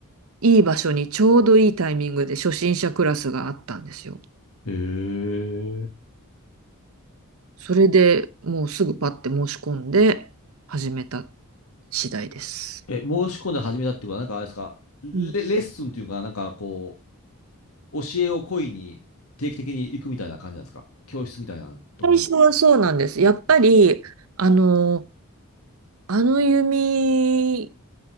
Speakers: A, on the right; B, on the left.
A: いい場所にちょうどいいタイミングで初心者クラスがあったんですよ。
B: えー、
A: それでもうすぐパッて申し込んで始めた次第です。
B: え、申し込んで始めたってことは、なんかあれですか、レ、
A: うん
B: レッスンっていうかな、なんかこう、教えを請いに定期的に行くみたいな感じなんですか教室みたいなところに。
A: 最初はそうなんです。やっぱり、あの、あの弓、